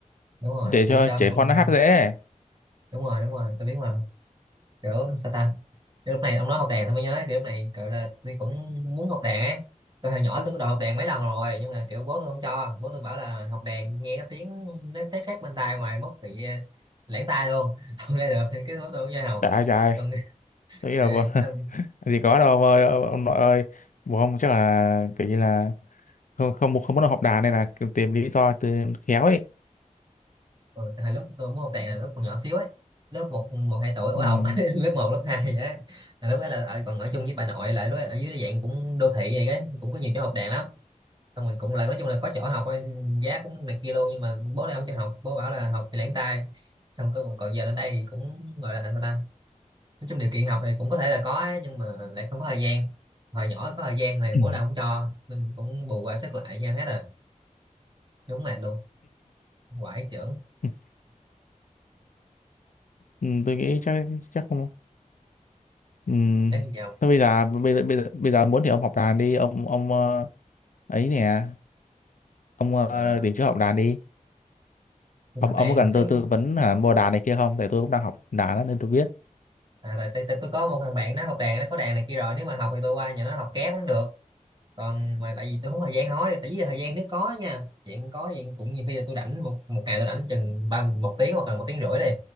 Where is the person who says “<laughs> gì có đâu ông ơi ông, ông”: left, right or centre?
Left